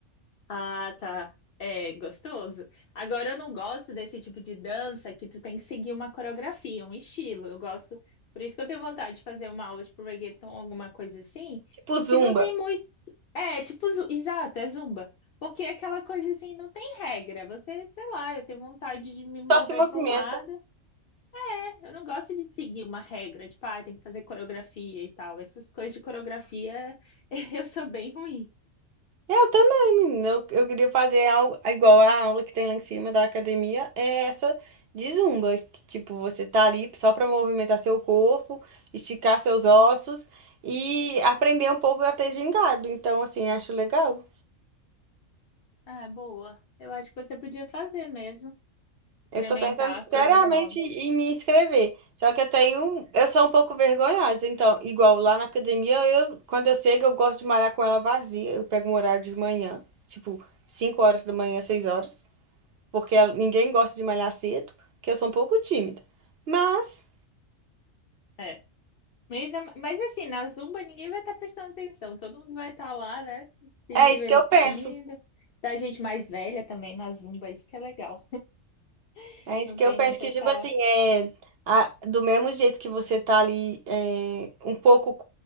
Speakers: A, on the left; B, on the right.
A: Ah, tá. É gostoso. Agora, eu não gosto desse tipo de dança que tu tem que seguir uma coreografia, um estilo. Eu gosto, por isso que eu tenho vontade de fazer uma aula tipo reggaeton, alguma coisa assim,
B: Tipo Zumba.
A: que não tem muito. É, tipo, zu- exato, é zumba. Porque aquela coisa assim não tem regra. Você, sei lá, eu tenho vontade de me mover
B: Só se movimenta.
A: para um lado. É, Eu não gosto de seguir uma regra, tipo, ah, tem que fazer coreografia e tal. Essas coisas de coreografia <laughs> eu sou bem ruim.
B: Eu também, menina. Eu, eu queria fazer algo igual a aula que tem lá em cima da academia. É essa de Zumba. que, Tipo, você tá ali só pra movimentar seu corpo, esticar seus ossos e aprender um pouco a ter gingado. Então, assim, acho legal.
A: Ah, boa. Eu acho que você podia fazer mesmo, experimentar
B: Eu tô pensando seriamente
A: coisas novas.
B: em me inscrever. Só que eu tenho, eu sou um pouco vergonhosa. Então, igual lá na academia, eu, quando eu chego, eu gosto de malhar com ela vazia. Eu pego um horário de manhã, tipo 5 horas da manhã, 6 horas, porque ela- ninguém gosta de malhar cedo, que eu sou um pouco tímida. Mas
A: É. E na- Mas assim, na Zumba ninguém vai estar prestando atenção, todo mundo vai estar lá, né? Se
B: é
A: divertindo.
B: isso que eu penso.
A: Da gente mais velha também na Zumba, isso que é legal. <laughs>
B: É isso
A: Não
B: que
A: tem
B: eu penso
A: muito
B: que,
A: essa.
B: tipo assim, é a- do mesmo jeito que você tá ali é, um pouco